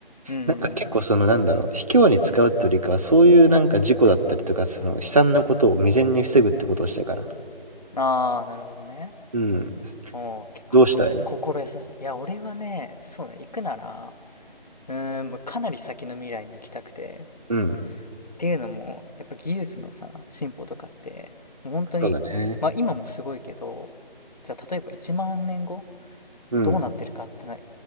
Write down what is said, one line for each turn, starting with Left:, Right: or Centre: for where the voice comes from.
Left: うー
Right: なんか結構そのなんだろう、
Left: ん。
Right: 卑怯に使うってよりかはそういうなんか事故だったりとか、その悲惨なことを未然に防ぐってことをしたいから。
Left: ああ、なるほどね。
Right: うん。
Left: おお、結構、
Right: どうしたい
Left: 心優しい。いや、俺はね、そうね、行くなら、うーん、まあかなり先の未来に行きたくて。っ
Right: うん。
Left: ていうのも、やっぱ技術のさ、進歩とかって、もう本当に、
Right: そうだね。
Left: まあ今もすごいけど、じゃあ例えば1万年後
Right: うん。
Left: どうなってるかってな言